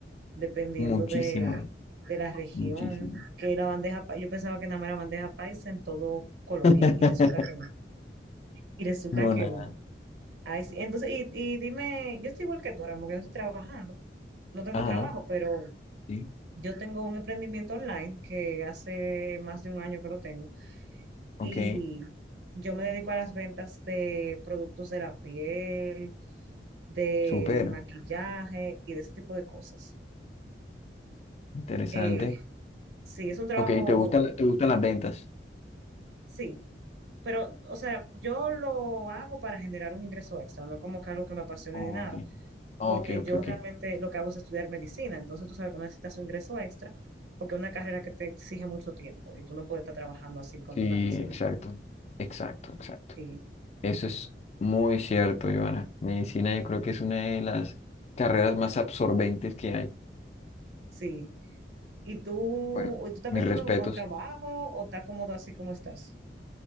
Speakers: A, on the right; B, on the left.
A: dependiendo
B: muchísimo,
A: de, de la región,
B: muchísimo.
A: que la bandeja, pa- yo pensaba que nada más era bandeja paisa en todo Colombia
B: <laughs>
A: y resulta que no, y resulta
B: No,
A: que
B: nada.
A: no. Ay, sí, Entonces, y, y dime, yo estoy igual que tú ahora, porque yo estoy trabajando, no tengo
B: Ajá,
A: trabajo, pero
B: sí.
A: yo tengo un emprendimiento online que hace más de un año que lo tengo
B: Ok,
A: y yo me dedico a las ventas de productos de la piel de
B: súper
A: maquillaje y de ese tipo de cosas.
B: interesante.
A: Eh, sí, es un trabajo,
B: Ok, ¿te gustan, te gustan las ventas?
A: sí, pero, o sea, yo lo hago para generar un ingreso extra, no es como que algo que me apasione
B: Ok,
A: ni nada,
B: ok,
A: porque
B: ok,
A: yo
B: ok.
A: realmente lo que hago es estudiar medicina, entonces tú sabes que uno necesita su ingreso extra, porque es una carrera que te exige mucho tiempo y tú no puedes estar trabajando así con
B: Sí,
A: tanta facilidad.
B: exacto, exacto, exacto.
A: Sí,
B: Eso es muy cierto, Ivana. Medicina yo creo que es una de las carreras más absorbentes que hay.
A: sí. ¿Y tú,
B: Bueno,
A: y tú estás
B: mis
A: pensando
B: respetos.
A: en buscar un trabajo o estás cómodo así como estás?